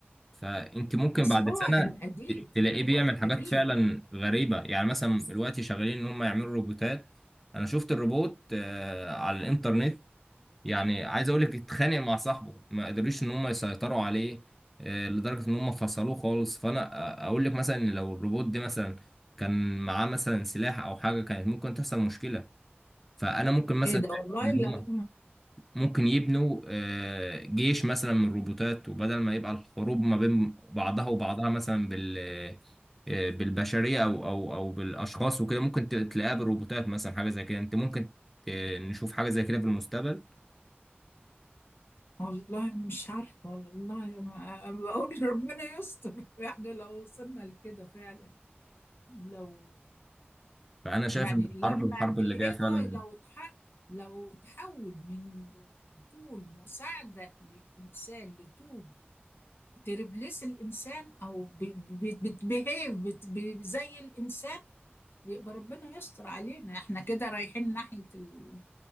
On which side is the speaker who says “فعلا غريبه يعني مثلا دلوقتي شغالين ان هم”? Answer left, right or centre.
Centre